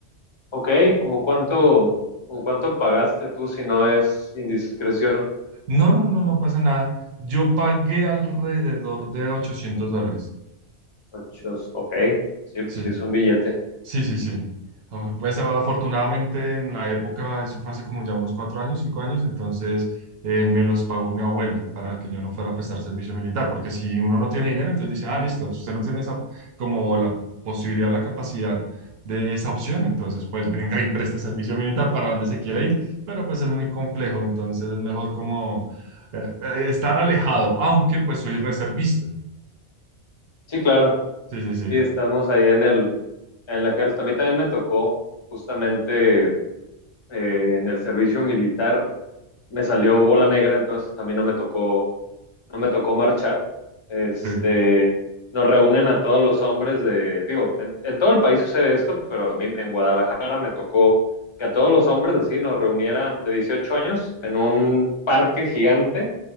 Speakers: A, on the left; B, on the right.
A: ok, ¿como cuánto, como cuánto pagaste tú si no es indiscreción?
B: No, no, no, no pasa nada. Yo pagué alrededor de 800 dólares.
A: Ochos, ok, sí, pues
B: Sí,
A: sí, es un billete.
B: Sí, sí, sí. Af- Pues afortunadamente en la época, eso fue hace como ya unos cuatro años, cinco años, entonces eh, me los pagó mi abuela para que yo no fuera a prestar servicio militar, porque si uno no tiene dinero, entonces dice, ah, listo, si usted no tiene esa como la posibilidad o la capacidad de esa opción, entonces pues venga y preste servicio militar para donde se quiere ir, pero pues es muy complejo, entonces es mejor como eh, eh, estar alejado, aunque pues soy reservista.
A: Sí, claro,
B: Sí, sí, sí,
A: sí, estamos ahí en el, en el ejército. A mí también me tocó justamente eh, en el servicio militar, me salió bola negra, entonces a mí no me tocó no me tocó marchar, este,
B: sí,
A: nos reúnen a todos los hombres de, digo, en, en todo el país sucede esto, pero a mí en Guadalajara me tocó que a todos los hombres así nos reunieran de 18 años en un parque gigante